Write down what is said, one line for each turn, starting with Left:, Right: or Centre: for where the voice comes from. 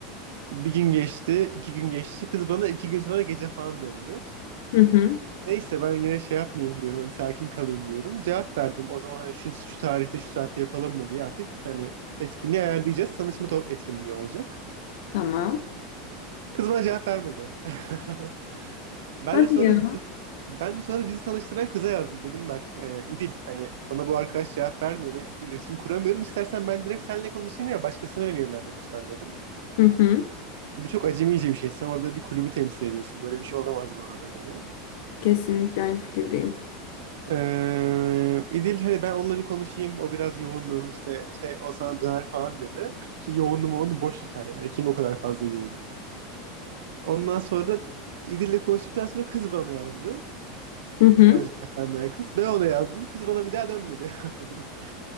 Right: Bir gün geçti, iki gün geçti. Kız bana iki gün sonra gece falan döndü.
Left: hı hı
Right: Neyse ben yine şey yapmayayım diyorum hani sakin kalayım diyorum. Cevap verdim o zaman hani şu, şu tarihte şu saatte yapalım mı diye artık hani etkinliği ayarlayacağız. Tanışma to- etkinliği olacak.
Left: tamam.
Right: Kız bana cevap vermedi. <laughs> Ben
Left: Hadi
Right: de sonra
Left: ya.
Right: bizi, ben de sonra bizi tanıştıran kıza yazdım. Dedim bak e, İdil hani bana bu arkadaş cevap vermiyor ve iletişim kuramıyorum. İstersen ben direkt seninle konuşayım ya başkasına beni yönlendir lütfen dedim.
Left: Hı hı
Right: Bu çok acemice bir şey. Sen orada bir kulübü temsil ediyorsun. Böyle bir şey olamaz bu arada yani.
Left: kesinlikle aynı fikirdeyim.
Right: Ee, İdil hani ben onunla bir konuşayım. O biraz yoğundu işte şey o sana döner falan dedi. Ki yoğundu mu onu boş hikaye. Yani kim o kadar fazla yoğun. Ondan sonra İdil'le konuştuktan sonra kız bana yazdı.
Left: Hı hı
Right: Macerden meğer kız. Ben ona yazdım. Kız bana bir daha dönmedi. <laughs>